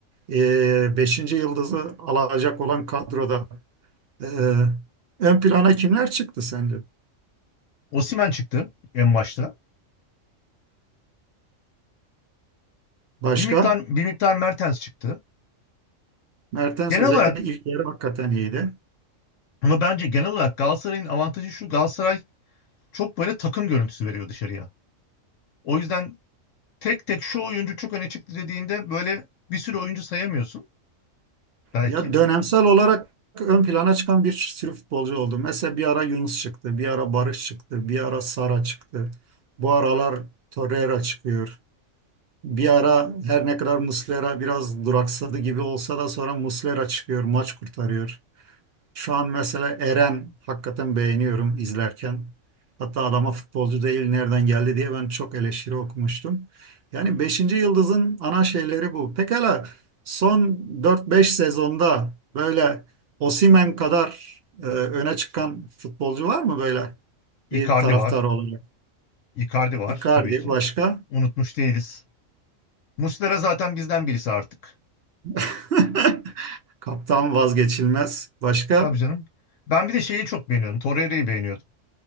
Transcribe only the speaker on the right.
e, beşinci yıldızı alacak olan kadroda e, ön plana kimler çıktı sence?
Başka?
Mertens
özellikle
ilk yarı hakikaten iyiydi.
Ya dönemsel olarak ön plana çıkan bir sürü futbolcu oldu. Mesela bir ara Yunus çıktı, bir ara Barış çıktı, bir ara Sara çıktı. Bu aralar Torreira çıkıyor. Bir ara her ne kadar Muslera biraz duraksadı gibi olsa da sonra Muslera çıkıyor, maç kurtarıyor. Şu an mesela Eren hakikaten beğeniyorum izlerken. Hatta adama futbolcu değil nereden geldi diye ben çok eleştiri okumuştum. Yani beşinci Yıldız'ın ana şeyleri bu. Pekala son dört beş sezonda böyle Osimhen kadar e, öne çıkan futbolcu var mı böyle
bir taraftar
olarak?
Icardi
başka?
<laughs> Kaptan vazgeçilmez. Başka?